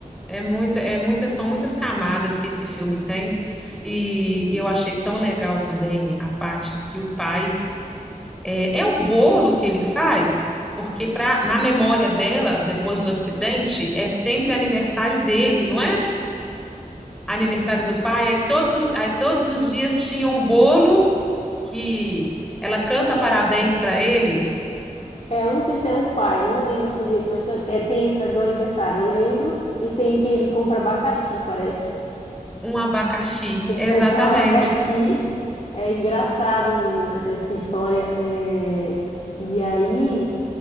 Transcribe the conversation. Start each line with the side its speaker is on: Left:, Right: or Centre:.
Centre: É muita, é muita, são muitas camadas que esse filme tem, e eu achei tão legal também a parte que o pai é, é um bolo que ele faz, porque pra, na memória dela, depois do acidente, é sempre aniversário dele, não é? Aniversário do pai, aí, todo, aí todos os dias tinha um bolo que ela canta parabéns para ele,
Left: É, eu não sei se é o pai, não lembro assim direito, mas é, tem esse do aniversário, eu lembro. E tem que ele compra abacaxi, parece.
Centre: um abacaxi,
Left: Tem
Centre: exatamente.
Left: que comprar <laughs> o abacaxi. É engraçado, menina, essa história. É... E aí.